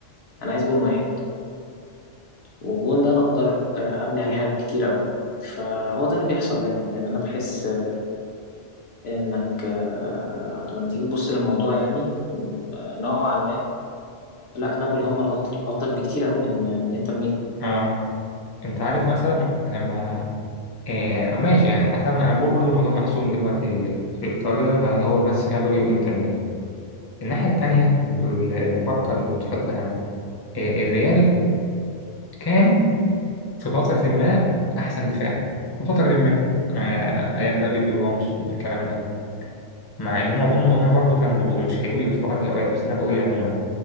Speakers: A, on the left (about 60°); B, on the left (about 25°).
A: انا عايز جون واحد والجون ده انا اقدر آه، ابني عليه حاجات كتير قوي فهو ده اللي بيحصل دايما يعني انا بحس آه، انك آه، لما تيجي تبص للموضوع يعني آه، نوعا ما لا نابولي هم الافضل افضل بكتير قوي من آه، من انتر ميلان
B: آه أنت عارف مثلا لما آه ماشي يعني حسام أنا بقول برضو الموضوع محسوم دلوقتي في إيطاليا آه، هو بس نابولي وإنتر ميلان الناحية التانية ال- المفارقة المضحكة يعني آه الريال كان في فترة ما أحسن دفاع في فترة ما آه أيام بقى بيبي وراموس والكلام ده مع إن هم هم هم برضو كانوا بيبقوا مش حلوين في بعض الأوقات بس أنا بقول عموما